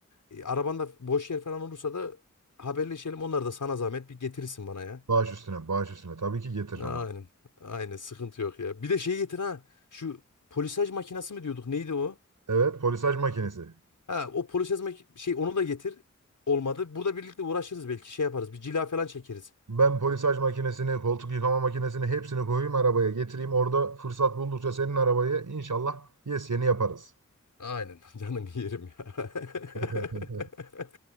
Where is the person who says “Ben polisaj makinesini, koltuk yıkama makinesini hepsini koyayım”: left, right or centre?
Right